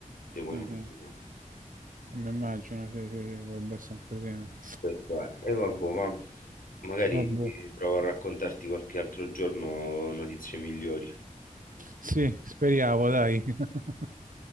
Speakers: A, on the left (about 80°); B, on the right (about 70°).
A: te puoi
B: Mhm.
A: immaginare.
B: E Mi immagino che, che potrebbe essere un casino.
A: Questo è. E vabbè, ma magari
B: Vabbè.
A: provo a raccontarti qualche altro giorno notizie migliori.
B: Sì, speriamo, dai. <laughs>